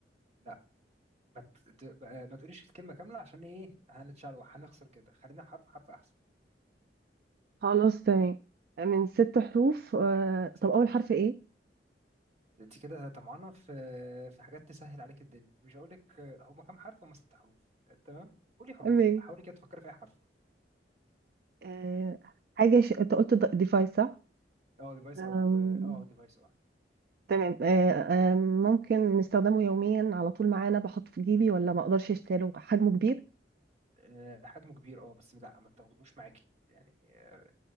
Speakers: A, on the right (about 40°); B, on the right (about 55°).
A: لا ما ت- ت- بقى- ما تقوليش الكلمه كامله عشان ايه هنتشعلوح هنخسر كده خلينا حرف حرف احسن
B: خلاص تمام آه، من ست حروف آه
A: ست
B: طب اول
A: حروف
B: حرف ايه
A: انت كده طمعانه في في حاجات تسهل عليك الدنيا مش هقول لك هما كام حرف هما ست حروف آه، تمام قولي حروف
B: تمام
A: حاولي كده تفكري في اي حرف
B: آه حاجة ش... انت قلت ديفايس صح
A: اه ديفايس
B: آم،
A: او اه ديفايس اه
B: تمام آه آه ممكن نستخدمه يوميا على طول معانا بحطه في جيبي ولا ما اقدرش اشتريه حجمه كبير
A: آه، حجمه كبير اه بس لا ما تاخدوش معاكي يعني آه،